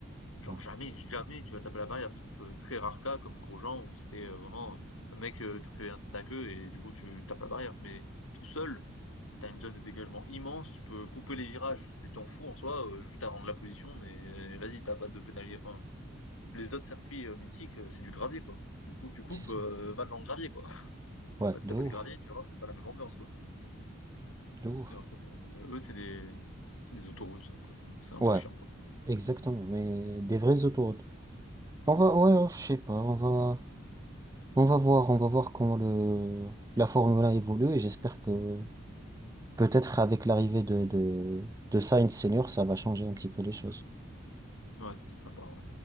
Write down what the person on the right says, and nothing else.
Ouais,
c'est ça.
Ouais,
de
ouf,
de ouf.
Ouais.
Exactement, mais des vraies autoroutes. On va, ouais, je sais pas, on va, on va voir, on va voir comment le, la Formule 1 évolue et j'espère que peut-être avec l'arrivée de, de, de Sainz Senior, ça va changer un petit peu les choses.